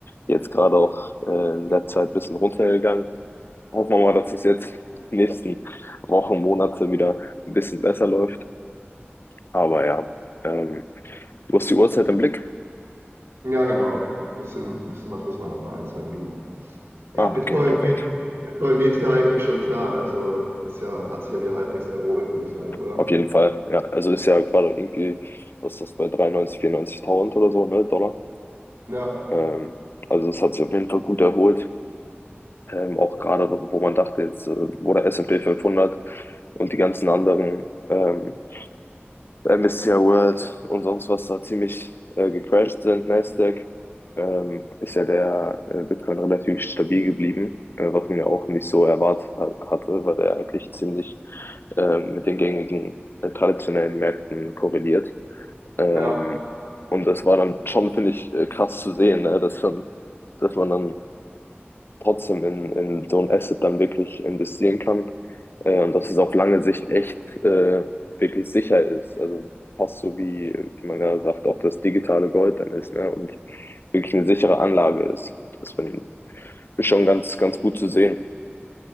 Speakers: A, on the left (about 60°); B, on the right (about 80°).
A: Jetzt gerade auch äh, in der Zeit ein bisschen runtergegangen. Hoffen wir mal, dass es jetzt die nächsten Wochen, Monate wieder ein bisschen besser läuft. Aber ja, ähm, du hast die Uhrzeit im Blick?
B: Ja, genau. Bisschen, bisschen was müssen wir noch in ein, zwei Minuten. Ja,
A: Ah,
B: Bitcoin
A: okay, perfekt.
B: geht, Bitcoin geht ja eigentlich schon klar. Also ist ja, hat sich ja wieder halbwegs erholt, würde ich sagen, oder?
A: Auf jeden Fall. Ja, also ist ja gerade irgendwie, was ist das bei 93, 94.000 oder so, ne, Dollar.
B: Ja,
A: Ähm, also das hat sich auf jeden Fall gut erholt. Ähm, auch gerade, wo wo man dachte, jetzt, äh, wo der S S&P fünfhundert und die ganzen anderen ähm, MSCI World und sonst was da ziemlich äh, gecrashed sind, Nasdaq, ähm, ist ja der äh, Bitcoin relativ stabil geblieben, äh, was man ja auch nicht so erwartet hat, hatte, weil der eigentlich ziemlich ähm, mit den gängigen äh, traditionellen Märkten korreliert. Ähm,
B: ja,
A: und das war dann schon, finde ich, äh, krass zu sehen, ne? dass dann, dass man dann trotzdem in, in so ein Asset dann wirklich investieren kann. Äh, und dass es auf lange Sicht echt äh, wirklich sicher ist. Also fast so wie, wie man gerade sagt, auch das digitale Gold dann ist, ne? Und wirklich eine sichere Anlage ist. Das finde ich schon ganz, ganz gut zu sehen.